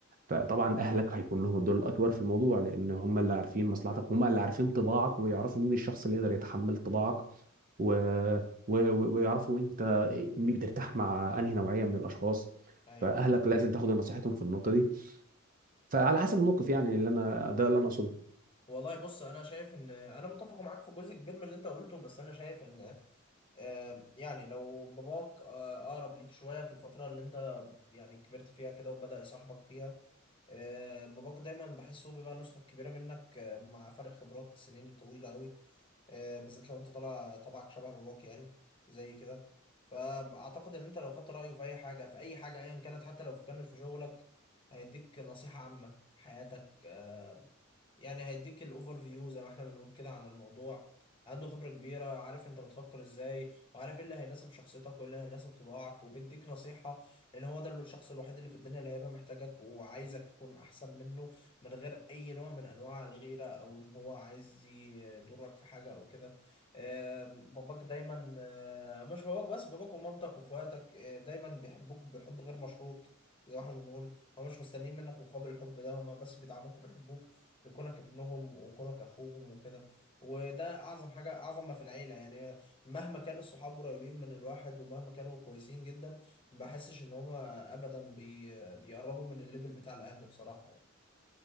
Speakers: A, on the right; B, on the left.
A: فطبعا اهلك هيكون لهم الدور الاكبر في الموضوع لان
B: مم.
A: هم اللي عارفين مصلحتك هم اللي عارفين طباعك ويعرفوا مين الشخص اللي يقدر يتحمل طباعك و... و... و- ويعرفوا انت بترتاح مع انهي نوعيه من الاشخاص
B: أيوه
A: فاهلك لازم تاخد نصيحتهم في النقطه دي فعلى
B: تمام
A: حسب الموقف يعني اللي انا ده اللي انا اقصده
B: والله بص انا شايف ان انا متفق معاك في جزء كبير من اللي انت قلته بس انا شايف ان آه، يعني لو باباك آه، اقرب ليك شويه في الفتره اللي انت يعني كبرت فيها كده وبدأ يصاحبك فيها آه، باباك دايما بحسه بيبقى نسخه كبيره منك آه، مع فرق خبرات سنين طويله قوي آه، بالذات لو انت طالع طبعك شبه باباك يعني زي كده فاعتقد ان انت لو خدت رايه في اي حاجه في اي حاجه ايا كانت حتى لو كانت في شغلك هيديك نصيحه عامه في حياتك آه، يعني هيديك الاوفر فيو زي ما احنا بنقول كده عن الموضوع عنده خبرة كبيرة عارف انت بتفكر ازاي وعارف ايه اللي هيناسب شخصيتك وايه اللي هيناسب طباعك وبيديك نصيحة لان هو ده الشخص الوحيد اللي في الدنيا اللي هيبقى محتاجك وعايزك تكون احسن منه من غير اي نوع من انواع الغيرة او ان هو عايز يضرك في حاجة او كده آم، باباك دايما آه، مش باباك بس باباك ومامتك واخواتك آه، دايما بيحبوك بحب غير مشروط زي ما احنا بنقول هو مش مستنيين منك مقابل الحب ده هما بس بيدعموك وبيحبوك لكونك ابنهم وكونك اخوهم وكده وده اعظم حاجه اعظم ما في العيله يعني مهما كان الصحاب قريبين من الواحد ومهما كانوا كويسين جدا ما بحسش ان هما ابدا بي... بيقربوا من الليفل بتاع الاهل بصراحه يعني